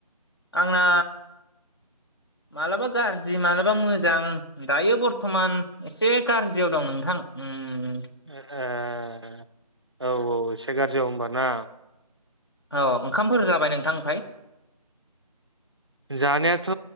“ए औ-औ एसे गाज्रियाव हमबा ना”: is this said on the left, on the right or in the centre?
Right